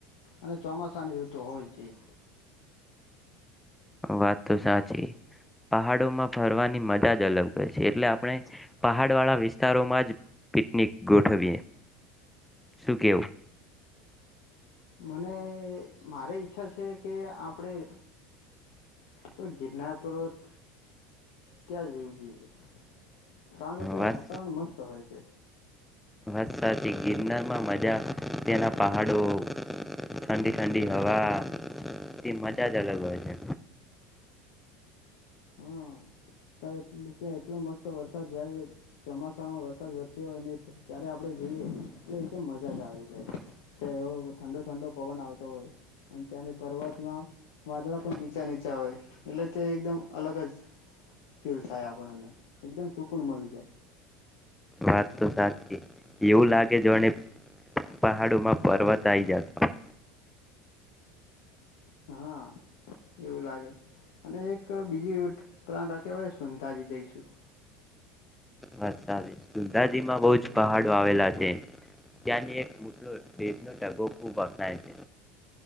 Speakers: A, on the left (about 65°); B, in the centre.
A: અને ચોમાસાની ઋતુ હોવી જ જોઈએ
B: વાત તો સાચી પહાડોમાં ફરવાની મજા જ અલગ હો છે એટલે આપણે પહાડ વાળા વિસ્તારોમાં જ પિકનિક ગોઠવીએ શું કેવું
A: મને મારી ઈચ્છા છે કે આપણેે કોઈ ગિરનાર પર્વત ત્યાં જવું કારણ કે ત્યાં
B: વાત
A: વાતાવરણ મસ્ત હોય છે
B: વાત સાચી ગિરનારમાં મજા તેના પહાડો ઠંડી ઠંડી હવા તે મજા જ અલગ હોય છે.
A: હા એ ત્યાં એટલો મસ્ત વરસાદ જયારે ચોમાસામાં વરસાદ વરસ્યો હોય ત્યારે આપણે જઈએ એટલે એકદમ મજા જ આવી જાય ત્યાં એવો ઠંડો ઠંડો પવન આવતો હોય અને ત્યાંને પર્વતમાં વાદળા પણ નીચા નીચા હોય એટલે ત્યા એકદમ અલગ જ ફીલ થાય આપણને એકદમ સુકૂન મળી જાય.
B: વાત તો સાચી એવું લાગે જો અને પહાડોમાં પર્વત આવી જાતા
A: હા એવું લાગે અને એક બીજી એવી પ્રણતા કેવાય સંધાજી જઈશું.
B: વરસા સુધાજીમાં બહુ જ પહાડો આવેલા છે ત્યાંની એકટલો રેપનો ડગો ખૂબ પકડાય છે.